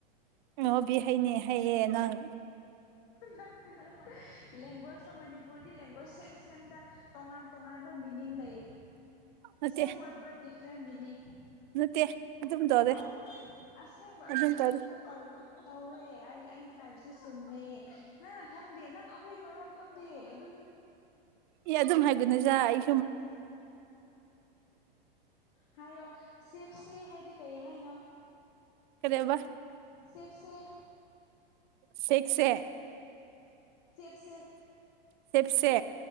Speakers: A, on the right; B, on the left.
A: ꯑꯉꯥꯎꯕꯤ
B: ꯎꯝ
A: ꯍꯥꯏꯅꯦ ꯍꯥꯏꯌꯦ ꯅꯪ
B: ꯅꯠꯇꯦ ꯂꯦꯡꯒ꯭ꯋꯦꯖꯇꯣ ꯃꯅꯤꯄꯨꯔꯗꯤ ꯂꯦꯡꯒ꯭ꯋꯦꯖ ꯁꯦꯝ ꯁꯦꯝꯗ ꯇꯣꯉꯥꯟ ꯇꯣꯉꯥꯟꯕ ꯃꯤꯅꯤꯡ ꯂꯩ
A: ꯅꯠꯇꯦ
B: ꯁꯦꯝ ꯋꯥꯔꯗ ꯕꯠ ꯗꯤꯐ꯭ꯔꯦꯟ ꯃꯤꯅꯤꯡ
A: ꯅꯠꯇꯦ ꯑꯗꯨꯝ ꯇꯧꯗꯦ
B: ꯍꯥꯏ ꯑꯁꯦꯡꯕ
A: ꯑꯗꯨꯝ
B: ꯑꯁꯣ
A: ꯇꯧꯗꯦ
B: ꯁꯣꯝꯗ ꯇꯧ ꯇꯧꯋꯦ ꯑꯩ ꯑꯩꯅ ꯍꯥꯏꯕꯁꯤ ꯆꯨꯝꯃꯦ ꯅꯪꯅ ꯈꯪꯗꯦ ꯅꯪ ꯑꯩꯈꯣꯏ ꯃꯔꯣꯟ ꯈꯪꯗꯦ ꯑꯗꯨ
A: ꯑꯦ ꯑꯗꯨꯝ ꯍꯥꯏꯒꯅꯨꯗ ꯑꯩ
B: ꯊ <inaudible> ꯍꯥꯏꯌꯣ ꯁꯤꯐꯁꯦ ꯍꯥꯏꯗꯤ ꯀꯩ ꯍꯥꯏꯅꯣ
A: ꯀꯔꯤ ꯍꯥꯏꯕ
B: ꯆꯦꯞꯁꯦ
A: ꯁꯤꯛꯁꯦ
B: ꯆꯦꯞꯁꯦ
A: ꯁꯤꯞꯁꯦ